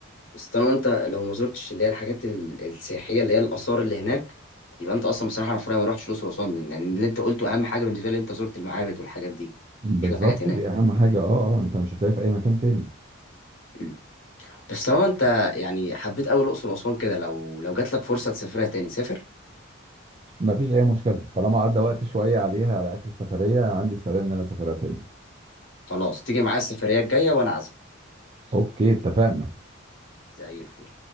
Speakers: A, on the left; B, on the right.
A: بس طالما انت لو ما زرتش اللي هي الحاجات ال- السياحيه اللي هي الاثار اللي هناك يبقى انت اصلا بصراحه انا في رايي ما رحتش الاقصر واسوان لان يعني اللي انت قلته اهم حاجه بالنسبه لي انت زرت المعابد والحاجات دي
B: بالظبط
A: مش الحاجات هناك
B: دي أهم حاجة اه اه انت مش هتلاقيه في أي مكان تاني
A: مم. بس طالما انت يعني حبيت قوي الاقصر واسوان كده لو لو جات لك فرصه تسافرها تاني سافر
B: ما فيش اي مشكله طالما عدى وقت شويه عليها على اخر السفريه أنا عندي استعداد ان انا اسافرها تاني
A: خلاص تيجي معايا السفريه الجايه وانا عازمك
B: اوكي اتفقنا
A: زي الفل